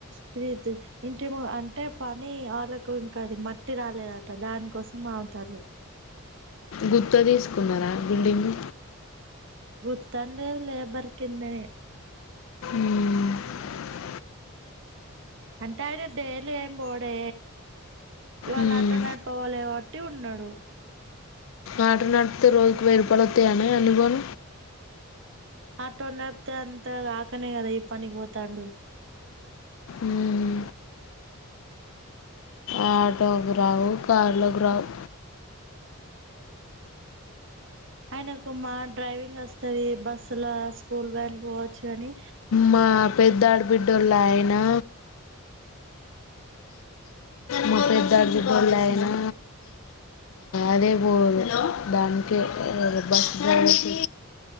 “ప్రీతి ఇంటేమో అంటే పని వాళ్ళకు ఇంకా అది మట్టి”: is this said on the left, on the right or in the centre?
Right